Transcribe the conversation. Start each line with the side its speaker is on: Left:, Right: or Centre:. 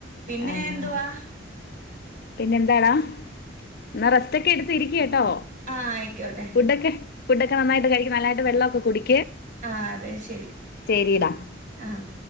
Right: പിന്നേ
Left: ആഹ്
Right: എന്തുവാ
Left: പിന്നെന്താടാ എന്ന റസ്റ്റൊക്കെ എടുത്ത് ഇരിക്ക് ട്ടോ
Right: ആഹ് ആയിക്കോട്ടെ
Left: ഫുടൊക്കെ ഫുഡ്ഡക്കെ നന്നായിട്ട് കഴിക്ക് നല്ലയായിട്ട് വെള്ളവൊക്കെ കുടി
Right: ആഹ് അതെ ശരി
Left: ശരിടാ
Right: ആഹ്